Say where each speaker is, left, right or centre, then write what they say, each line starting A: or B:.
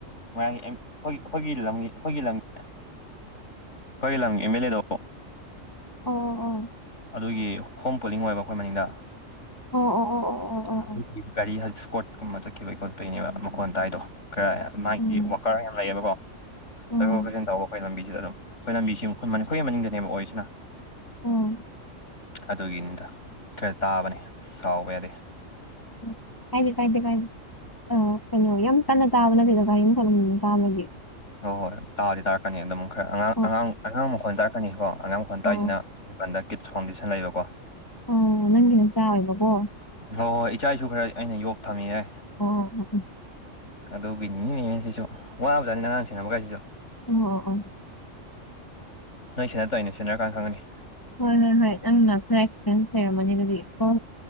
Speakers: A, on the left; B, on the left.
A: ꯃꯣꯏꯔꯥꯡꯒꯤ ꯑꯩꯈꯣꯏꯒꯤ ꯂꯝꯒꯤ ꯑꯩꯈꯣꯏꯒꯤ ꯂꯝ ꯑꯩꯈꯣꯏꯒꯤ ꯂꯝꯒꯤ ꯑꯦꯝ ꯑꯦꯜ ꯑꯦꯗꯣ
B: ꯑꯣ ꯑꯣ
A: ꯑꯗꯨꯒꯤ ꯍꯣꯝ ꯄꯨꯣꯂꯤꯡ ꯑꯣꯏꯕ ꯑꯩꯈꯣꯏ ꯃꯅꯤꯡꯗ
B: ꯑꯣ ꯑꯣ ꯑꯣ ꯑꯣ ꯑꯣ
A: ꯑꯗꯨꯒꯤ
B: ꯑꯣ
A: ꯒꯥꯔꯤꯖꯤ ꯏꯁꯀꯣꯠꯀꯨꯝꯕ ꯆꯠꯈꯤꯕꯒꯤ ꯈꯣꯠꯄꯒꯤꯅꯦꯕ ꯃꯈꯣꯟ ꯇꯥꯏꯗꯣ ꯈꯔ ꯃꯥꯒꯤ
B: ꯎꯝ
A: ꯋꯥꯀꯔ ꯌꯥꯝ ꯂꯩꯌꯦꯕꯀꯣ
B: ꯎꯝ
A: ꯆꯠꯊꯣꯛ ꯆꯠꯁꯤꯟ ꯇꯧꯕ ꯑꯩꯈꯣꯏ ꯂꯝꯕꯤꯁꯤꯗ ꯑꯗꯨꯝ ꯑꯩꯈꯣꯏ ꯂꯝꯕꯤꯁꯤ ꯑꯩꯈꯣꯏꯒꯤ ꯃꯅꯤꯡꯗꯅꯦꯕ ꯑꯣꯏꯁꯤꯅ
B: ꯑꯣꯝ
A: ꯑꯗꯨꯒꯤꯅꯤꯗ ꯈꯔ ꯇꯥꯕꯅꯦ ꯁꯕ ꯌꯥꯗꯦ
B: ꯎ ꯀꯥꯏꯗꯤꯦ ꯀꯥꯏꯗꯦ ꯀꯥꯏꯗꯦ ꯑ ꯀꯩꯅꯣ ꯌꯥꯝ ꯀꯟꯅ ꯇꯥꯕꯅꯠꯇꯗ ꯀꯔꯤꯝ ꯐꯂꯝ ꯇꯥꯕꯒꯦ
A: ꯍꯣꯏ ꯍꯣꯏ ꯇꯥꯗꯤ ꯇꯥꯔꯛꯀꯅꯤ ꯑꯗꯨꯝ ꯈꯔ ꯑꯉꯥꯡ
B: ꯑꯣ
A: ꯑꯉꯥꯡ ꯑꯉꯥꯡ ꯃꯈꯣꯟ ꯇꯥꯔꯛꯀꯅꯤꯀꯣ ꯑꯉꯥꯡ ꯃꯈꯣꯟꯜ ꯇꯥꯔꯤꯁꯤꯅ
B: ꯑꯣ
A: ꯀꯟꯗ ꯀꯤꯠꯁ ꯐꯥꯎꯟꯗꯦꯁꯟ ꯂꯩꯕꯀꯣ
B: ꯑꯣ ꯅꯪꯒꯤ ꯅꯆꯥ ꯑꯣꯏꯕꯀꯣ
A: ꯍꯣꯏ ꯍꯣꯏ ꯏꯆꯥ ꯏꯁꯨ ꯈꯔ ꯑꯩꯅ ꯌꯣꯛ ꯊꯝꯃꯤꯑꯦ
B: ꯑꯣ
A: ꯑꯗꯨꯒꯤ ꯅꯤꯡꯉꯤꯅꯦ ꯁꯤꯁꯨ ꯋꯥꯕꯖꯥꯠꯅꯦ ꯑꯉꯥꯡ ꯁꯦꯅꯕ ꯀꯥꯏꯁꯤꯁꯨ
B: ꯑꯣ ꯑꯣ ꯑꯣ
A: ꯅꯣꯏ ꯁꯤꯟꯅ ꯇꯥꯢꯅ ꯁꯤꯟꯅꯔꯀꯥꯟ ꯈꯪꯉꯥꯅꯤ
B: ꯍꯣꯏ ꯍꯣꯏ ꯍꯣꯏ ꯅꯪꯅ ꯈꯔ ꯑꯦꯛꯁꯄꯤꯔꯤꯌꯦꯟꯁ ꯂꯩꯔꯝꯃꯅꯤ ꯑꯗꯨꯗꯤ ꯀꯣ